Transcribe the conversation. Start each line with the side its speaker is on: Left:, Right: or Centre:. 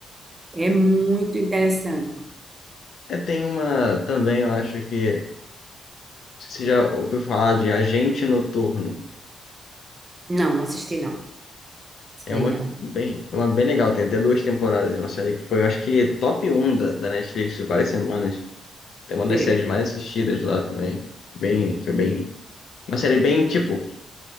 Right: É muito interessante.
Left: É, tem uma também, eu acho que... Não sei se Você já ouviu falar de Agente Noturno?
Right: Não, não assisti, não. Isso
Left: É
Right: daí
Left: uma
Right: não.
Left: bem, é uma bem legal, tem até duas temporadas, uma série que foi, eu acho que top um da, da Netflix por várias semanas. Tem uma das
Right: É,
Left: séries mais assistidas lá também. Bem, foi bem... Uma série bem, tipo...